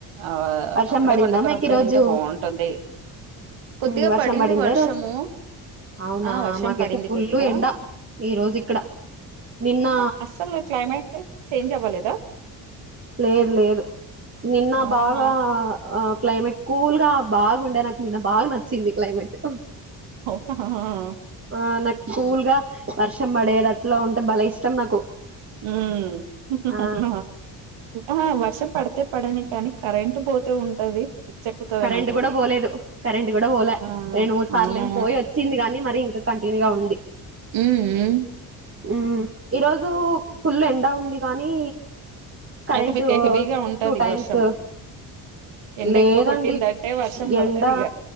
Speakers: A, on the right; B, on the right.
A: ఆ
B: వర్షం
A: అప్పుడే
B: పడిందా
A: వండుకున్నప్పుడే
B: మీకు ఈరోజు
A: తింటే బాగుంటుంది కొద్దిగా
B: ఉమ్ వర్షం
A: పడింది
B: పడిందా
A: వర్షము
B: ఈరోజు అవునా
A: ఆ వర్షం
B: మాకైతే
A: పడింది
B: ఫుల్
A: కొద్దిగా
B: ఎండ ఈ రోజు ఇక్కడ నిన్న
A: అస్సలు క్లైమేట్ చేంజ్ అవ్వలేదా
B: లేదు లేదు నిన్న
A: అవునా
B: బాగా ఆ క్లైమేట్ కూల్ గా బాగుండే నాకు నిన్న బాగా నచ్చింది క్లైమేట్
A: ఆ
B: ఆ నాకు కూల్గా వర్షం పడేది అట్లా ఉంటే బలే ఇష్టం నాకు
A: మ్మ్
B: ఆ
A: ఆ పడితే పడని కానీ కరెంట్ పోతే ఉంటది పిచ్చెక్కుతది
B: కరెంట్
A: నాకైతే
B: కూడా పోలేదు కరెంట్ కూడా పోలే
A: ఆ
B: రెండు మూడు సార్లు
A: అవునా
B: ఏమి పోయి వచ్చింది గానీ మరి ఇంకా కంటిన్యూ గా ఉంది
A: మ్ మ్
B: మ్ ఈరోోజు ఫుల్ ఎంండ ఉంది కానీ కరెంట్
A: అయితే మీకు హెవీగా ఉంటది
B: టూ టైమ్స్
A: వర్షం ఎండ
B: లేదండి
A: ఎక్కువ కొట్టిందంటే వర్షం పడతదిగ
B: ఎండ